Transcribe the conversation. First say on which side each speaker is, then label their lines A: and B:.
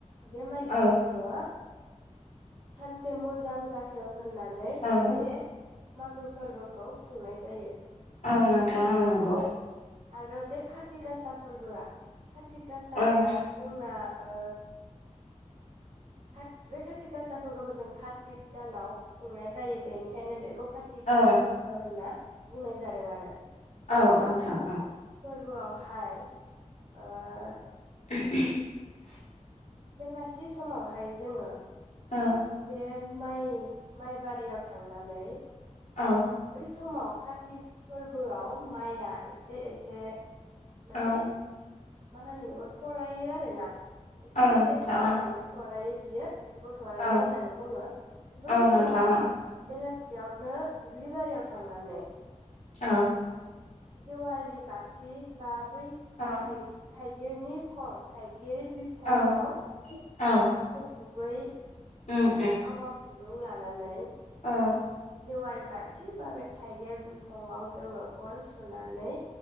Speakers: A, on the right (about 75°); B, on the left (about 70°).
A: बे माइखौ
B: औ
A: जोंङो सानसे मोजां जाथों होननानै
B: औ
A: बे मागो फोरबोखौ खुंनाय जायो
B: औ नोंथां औ नंगौ
A: आरो बे खाथि गासा फोरबोआ काति गासाया
B: ओं
A: जोंना ओ कात बे काति गासा फोरबोखौ जों कार्तिक दानाव खुंनाय जायो बेनिखायनो बेखौ खाथि
B: औ
A: गासा फोरबो होनना बुंनाय जादों आरो
B: औ ओंथां औ
A: फोरबोवावहाय ओ
B: <unintelligible>
A: बेलासि समावहाय जोङो
B: औ
A: बे माइ माइबारियाव थांनानै
B: औ
A: बै समाव काति फोरबोआव माइया एसे एसे माने
B: औ
A: मा होनो बेखौ थरायो आरोना एसे
B: औ नोंथां
A: एसे फिथाइ थायो थरायो बियो गथ'आ रायनाय
B: औ
A: होननानै बुङो बै
B: औ नोंथां
A: समाव बेलासि सियावनो दुब्लि बारियाव थांनानै
B: औ
A: जेवारि बाथि बा बै
B: औ
A: थाइ थाइगिरनि खं थाइ गिर बिखंआव
B: औ औ
A: गुबै
B: उम
A: आरो आवा खुन दुं लानानै
B: अ
A: जेवारि बाथि बा बे थाइगिर बिखङाव जोङो गन थुनानै